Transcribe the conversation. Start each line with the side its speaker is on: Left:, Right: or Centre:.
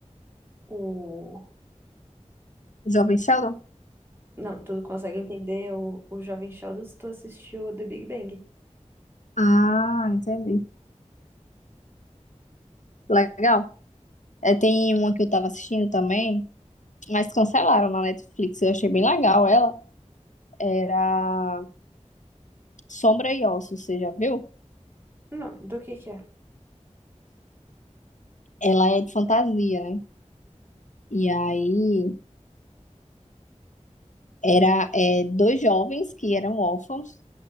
Right: o...
Left: Jovem Sheldon?
Right: Não, tu consegue entender o, o Jovem Sheldon se tu assistiu o The Big Bang.
Left: Ah, entendi. Legal. É, tem uma que eu tava assistindo também, mas cancelaram na Netflix, eu achei bem legal ela. Era Sombra e Ossos, você já viu?
Right: Não, do que que é?
Left: Ela é de fantasia, né? E aí era é, dois jovens que eram órfãos,